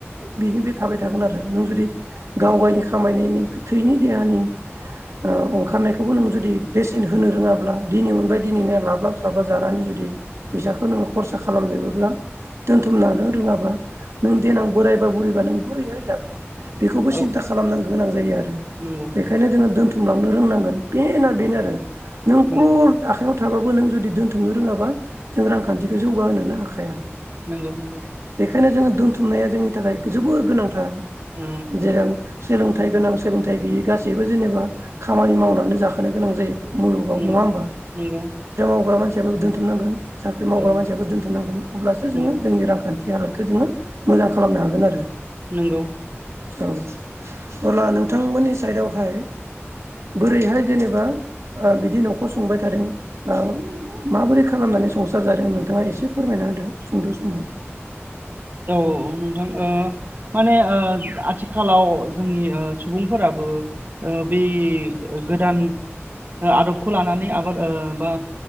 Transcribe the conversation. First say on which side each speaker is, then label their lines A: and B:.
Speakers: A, on the right (about 80°); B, on the right (about 45°).
A: बेनो जा बे थाबाय थागोन आरो नों जुदि गाव गावनि खामायनायनि थैनि देहानि ओ ओंखारनायखौबो नों जुदि बेसेन होनो रोङाब्ला दिनै दिनैनो लाबलाब साब्लाब जानानै जुदि फैसाखौ नोङो खरसा खालामजोबोब्ला दोनथुमनानो रोङाबा नों देनां बोरायबा बुरैबा नों बोरैहाय जागोन। बेखौबो
B: औ
A: सिन्था खालामनां गौ गोनां जायो आरो
B: नंगौ
A: बेखायनो जोङो दोनथ' फुंलांनो रोंनांगोन बेना
B: औ
A: बेनो आरो नों
B: नंगौ
A: क्रर नाव थाबाबो नों जुदि दोनथुमनो रोङाबा जों रांखान्थिखौ जौगाह होनोनो हाखाया।
B: नंगौ नंगौ
A: बेखायनो जोङो दोनथुमनाया जोंनि नि थाखाय जोबोर गोनांथार
B: औ
A: जेराव सोलोंथाइ गोनां सोलोंथाइ गैयै गासैबो जेनेबा खामानि मावनानै जाखोन गोनां जायो। मुलुगाव
B: नंगौ
A: नङा होमबा।
B: नंगौ
A: हग्रा मानसियाबो दोनथुमनांगोन साख्रि मावग्रा
B: औ
A: मानसिाबो दोनथ'नांगोन अब्लासो जोङो
B: नंगौ
A: जोंनि रांखान्थि ख हालोदखौ जोङो मोजां खालामनो हागोन आरो।
B: नंगौ
A: औ अब्ला नोंथांमोननि साइदआवहाय बोरैहाय जेनेबा बिदि न'खर संबाय था माबोरै खालामनानै संसार जादों नोंथाङा एसे फोरमायना होदो सुंद' समाव
B: औ नोंथां ओ माने ओ आथिखालाव जोंनि ओ सुबुंफोराबो ओ बे गोदान आदबखौ लानानै आबाद ओ बा